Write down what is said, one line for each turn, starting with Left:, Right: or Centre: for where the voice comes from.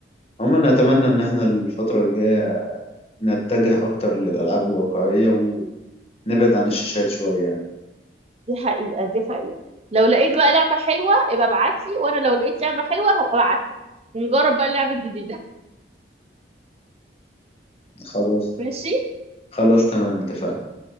Left: عموما اتمنى ان احنا الفترة الجاية نتجه اكتر للالعاب الواقعية ونبعد عن الشاشات شوية يعني
Right: دي حقيقة دي حقيقة لو لقيت بقى لعبة حلوة ابقى ابعتلي وانا لو لقيت لعبة حلوة هبقى ابعتلك ونجرب بقى اللعبة الجديدة
Left: خلاص
Right: <laughs> ماشي
Left: خلاص تمام اتفقنا